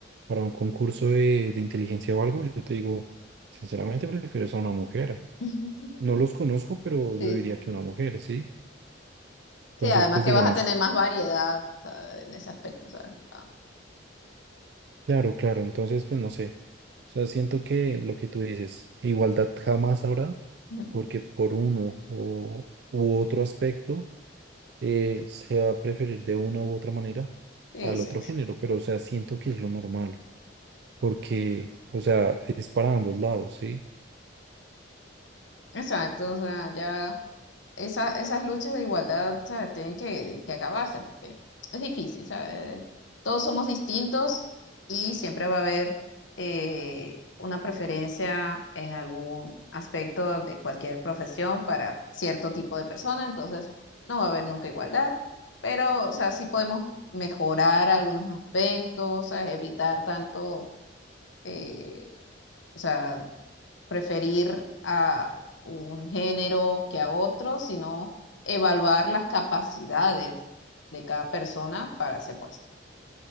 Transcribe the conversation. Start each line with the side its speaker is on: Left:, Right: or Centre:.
Right: para un concurso de, de inteligencia o algo, yo te digo, sinceramente prefiero es a una mujer.
Left: <laughs>
Right: No los conozco, pero
Left: Sí,
Right: yo diría que una mujer, ¿sí?
Left: sí,
Right: Entonces,
Left: además
Right: pues
Left: que
Right: digamos,
Left: vas a tener más variedad, o sea, en ese aspecto, o sea, ah,
Right: claro, claro, entonces pues no sé. O sea, siento que lo que tú dices, igualdad jamás habrá
Left: ujú.
Right: porque por uno o, u otro aspecto eh, se va a preferir de una u otra manera
Left: Sí,
Right: al
Left: sí,
Right: otro
Left: sí.
Right: género, pero o sea, siento que es lo normal, porque, o sea, es para ambos lados, ¿sí?
Left: Exacto, o sea, ya esa- esas luchas de igualdad, ¿sabes? Tienen que, que acabarse porque es difícil, ¿sabes? Todos somos distintos y siempre va a haber eh, una preferencia en algún aspecto de cualquier profesión para cierto tipo de persona, entonces no va a haber nunca igualdad, pero, o sea, sí podemos mejorar algunos aspectos, ¿sabes? Evitar tanto, eh, o sea, preferir a un género que a otro, sino evaluar las capacidades de cada persona para ese puesto.